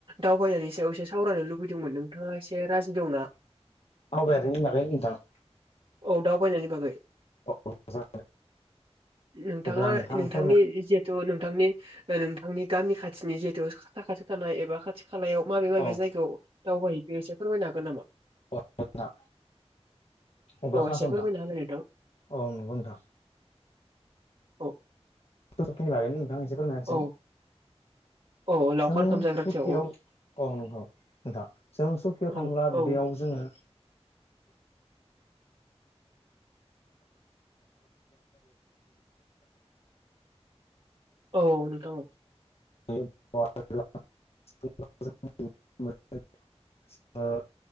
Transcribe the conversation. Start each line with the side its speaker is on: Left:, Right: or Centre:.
Right: दावबायनानै सायाव एसे सावरायनो लुबैदोंमोन नोंथाङा एसे राजि दंना?
Left: दावबायारिनि बागै नोंथां।
Right: औ दावबायनायनि बागै
Left: औ
Right: नोंथाङा
Left: अब्ला नोंथां
Right: नोंथांनि
Left: फोरमाय
Right: जिथु नो नोंथांनि नोंथांनि गामि खाथिनि जिहेथु साखाथि थानाय एबा खाथि खा खालायाव माबे माबे
Left: औ
Right: जायगायाव दावबायहैफो एसे फोरमायनो हागोन नामा?
Left: औ नोंथां अब्लाखौ
Right: अ एसे
Left: हासथां
Right: फोरमायना होलाय नोंथां
Left: औ नंगौथां
Right: औ
Left: <unintelligible> एसे फोरमायना होसाय
Right: औ औ लावखार
Left: जोङो
Right: ओंखाम जाग्राथियाव
Left: जुकियाव
Right: औ
Left: औ नंगौ नोंथां जों सकिआव
Right: औ
Left: थांब्ला
Right: औ
Left: बेयाव जोङो <inaudible> <unintelligible> <inaudible>
Right: औ नोंथां
Left: <unintelligible>